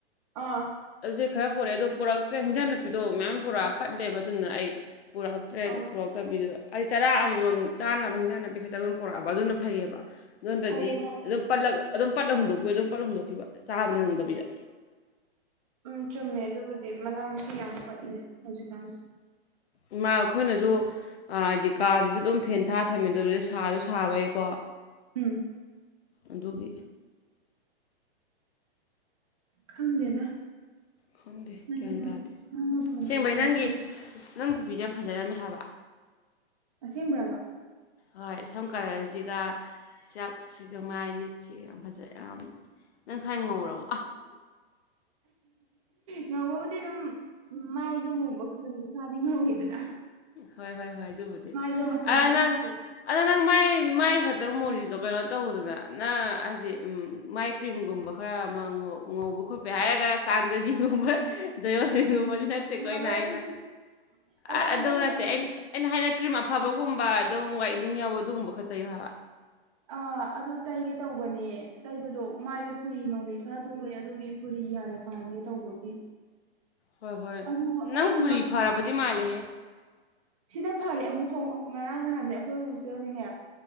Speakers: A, on the right; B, on the left.
A: ꯑꯥ
B: ꯑꯗꯨꯗꯩ ꯈꯔ ꯄꯣꯔꯦꯗꯣ ꯄꯣꯔꯛꯇ꯭ꯔꯦ ꯍꯤꯟꯖꯥꯡ ꯅꯥꯄꯤꯗꯣ ꯃꯌꯥꯝ ꯄꯨꯣꯔꯛꯑꯥ ꯄꯠꯂꯦꯕ ꯑꯗꯨꯅ ꯑꯩ ꯄꯨꯔꯛꯇ꯭ꯔꯦ
A: ꯑꯪ
B: ꯑꯗꯨ ꯄꯨꯔꯛ ꯇꯕꯤꯗꯣ ꯑꯩ ꯆꯔꯥ ꯑꯃꯃꯝ ꯆꯥꯅꯕ ꯍꯤꯟꯖꯥꯡ ꯅꯥꯄꯤ ꯈꯛꯇꯪ ꯑꯗꯨꯝ ꯄꯔꯛꯑꯕ ꯑꯗꯨꯅ ꯐꯩꯌꯦꯑꯕ ꯑꯗꯨ ꯅꯠꯇ꯭ꯔꯥꯗꯤ
A: ꯐꯩꯌꯦ ꯅꯪ
B: ꯑꯗꯨꯝ ꯄꯠꯂꯒ ꯑꯗꯨꯝ ꯄꯠꯂꯒ ꯍꯨꯟꯗꯣꯛꯈꯤꯕ ꯑꯗꯨꯝ ꯄꯠꯂ ꯍꯨꯟꯗꯣꯛꯈꯤꯕ ꯆꯥꯕ ꯅꯪꯗꯕꯤꯗꯥ
A: ꯎꯝ ꯆꯨꯝꯃꯦ ꯑꯗꯨꯕꯨꯗꯤ ꯃꯅꯥ ꯃꯁꯤꯡ ꯌꯥꯝ ꯄꯠꯂꯦ ꯍꯧꯖꯤꯛꯀꯥꯟꯁꯦ
B: ꯏꯃꯥ ꯈꯣꯏꯅꯖꯨ ꯑꯥ ꯍꯥꯏꯗꯤ ꯀꯥꯖꯤꯖꯨ ꯑꯗꯨꯝ ꯐꯦꯟ ꯊꯥꯔ ꯊꯝꯃꯤꯗꯣ ꯑꯗꯨꯗꯩ ꯁꯥꯖꯨ ꯁꯥꯕꯩꯀꯣ
A: ꯎꯝ
B: ꯑꯗꯨꯒꯤ
A: ꯈꯪꯗꯦꯗ
B: ꯈꯪꯗꯦ
A: ꯅꯪ
B: ꯒ꯭ꯌꯥꯟ ꯇꯥꯗꯦ
A: ꯅꯪꯅ ꯊꯣꯡꯕ
B: ꯁꯦꯡꯕꯩ
A: ꯆꯥꯛ
B: ꯅꯪꯒꯤ
A: ꯏꯟꯁꯥꯡ
B: ꯅꯪ ꯈꯨꯕꯤꯖꯦ ꯌꯥꯝ ꯐꯖꯔꯝꯃꯦ ꯍꯥꯏꯕ
A: ꯑꯁꯦꯡꯕ꯭ꯔꯥꯕ
B: ꯍꯣꯏ ꯁꯝ ꯀꯂꯔꯖꯤꯒꯥ ꯆꯥꯛꯁꯤꯒꯥ ꯃꯥꯏ ꯃꯤꯠꯁꯤꯒꯥ ꯌꯥꯝ ꯐꯖꯩ ꯌꯥꯝ ꯅꯪ ꯁꯥꯏ ꯉꯧꯔꯕꯣ
A: ꯉꯧꯕꯕꯨꯗꯤ ꯑꯗꯨꯝ ꯃꯥꯏꯗꯨꯝ ꯃꯨꯕ ꯈꯠꯇꯥꯅꯤ ꯏꯁꯥꯗꯤ ꯉꯧꯋꯤꯗꯅ
B: ꯍꯣꯏ ꯍꯣꯏ ꯍꯣꯏ ꯑꯗꯨꯕꯨꯗꯤ
A: ꯃꯥꯏꯗꯣ ꯃꯆꯨ
B: ꯑꯥ
A: ꯈꯤꯇꯪ
B: ꯅꯪ
A: ꯊꯥꯖꯤꯟ
B: ꯑꯗꯣ ꯅꯪ ꯃꯥꯏ ꯃꯥꯏ ꯈꯠꯇ ꯃꯣꯔꯤꯗꯣ ꯀꯩꯅꯣ ꯇꯧꯗꯅ ꯅ ꯍꯥꯏꯗꯤ ꯃꯥꯏ ꯀ꯭ꯔꯤꯝꯒꯨꯝꯕ ꯈꯔ ꯃ ꯉꯧ ꯉꯧꯕ ꯈꯣꯠꯄꯩ ꯍꯥꯏꯔꯒ ꯆꯥꯟꯗꯅꯤꯒꯨꯝꯕ ꯖꯌꯣꯅꯤꯒꯨꯝꯕꯗꯤ ꯅꯠ ꯇꯦꯀꯣ
A: ꯉꯝꯃꯔꯣꯏ
B: ꯑꯩꯅ ꯍꯥꯏꯅ
A: ꯑꯗꯨꯁꯨ ꯑꯗꯣ
B: ꯑꯥ
A: ꯑꯩꯗꯣ ꯍꯧꯖꯤꯛ
B: ꯑꯩꯅ ꯍꯥꯏꯅ ꯀ꯭ꯔꯤꯝ ꯑꯐꯕꯒꯨꯝꯕ ꯑꯗꯨꯝ ꯋꯥꯏꯠꯅꯤꯡ ꯌꯥꯎꯕ ꯑꯗꯨꯒꯨꯝꯕ ꯈꯛ ꯇꯩꯌꯨ ꯍꯥꯏꯕ
A: ꯑ ꯑꯗꯨ ꯇꯩꯒꯦ ꯇꯧꯕꯅꯦ ꯇꯩꯕꯗꯣ ꯃꯥꯏꯗꯣ ꯐꯨꯔꯤ ꯅꯨꯡꯗꯤ ꯈꯔ ꯊꯣꯛꯂꯛꯑꯦ ꯑꯗꯨꯒꯤ ꯐꯨꯔꯤ ꯍꯥꯟꯅ ꯐꯍꯟꯒꯦ ꯇꯧꯕꯒꯤ
B: ꯍꯣꯏ ꯍꯣꯏ
A: ꯑꯗꯨ
B: ꯅꯪ
A: ꯑꯩꯒꯤ
B: ꯐꯨꯔꯤ ꯐꯔꯕꯗꯤ ꯃꯥꯜꯂꯦꯍꯦ
A: ꯁꯤꯗ ꯐꯔꯦ ꯑꯃꯨꯛ ꯍꯧ ꯉꯔꯥꯡ ꯅꯍꯥꯟꯗꯤ ꯑꯈꯣꯏ ꯍꯣꯁꯇꯦꯜꯒꯤꯅꯦ